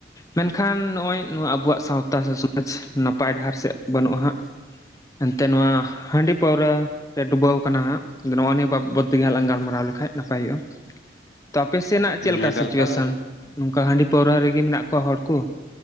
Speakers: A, on the left; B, on the left.
A: ᱢᱮᱱᱠᱷᱟᱱ ᱱᱚᱜᱼᱚᱭ ᱱᱚᱣᱟ ᱟᱵᱩᱣᱟᱜ ᱥᱟᱶᱛᱟ ᱥᱮ ᱥᱚᱢᱟᱡᱽ ᱱᱟᱯᱟᱭ ᱰᱟᱦᱟᱨ ᱥᱮᱫ ᱵᱟᱹᱱᱩᱜᱼᱟ ᱦᱟᱸᱜ ᱮᱱᱛᱮ ᱱᱚᱣᱟ ᱦᱟᱺᱰᱤ ᱯᱟᱹᱣᱨᱟ ᱨᱮ ᱰᱩᱵᱟᱹ ᱟᱠᱟᱱᱟ ᱦᱟᱜ ᱱᱚᱣᱟ ᱱᱤᱭᱟᱹ ᱵᱟᱵᱚᱛ ᱛᱮ ᱜᱮ ᱦᱟᱸᱜ ᱞᱟᱝ ᱜᱟᱞᱢᱟᱨᱟ ᱠᱚᱨᱟᱣ ᱞᱮᱠᱷᱟᱡ ᱱᱟᱯᱟᱭ ᱦᱩᱭᱩᱜᱼᱟ ᱛᱚ ᱟᱯᱮ ᱥᱮᱱᱟᱜ
B: ᱦᱮᱸ
A: ᱪᱮᱫ ᱞᱮᱠᱟ
B: ᱮᱠᱟᱞ
A: ᱥᱤᱪᱩᱭᱮᱥᱟᱱ
B: ᱮᱠᱟᱞ
A: ᱱᱚᱝᱠᱟ ᱦᱟᱺᱰᱤ ᱯᱟᱹᱣᱨᱟ ᱨᱮ ᱜᱮ ᱢᱮᱱᱟᱜ ᱠᱚᱣᱟ ᱦᱚᱲ ᱠᱚ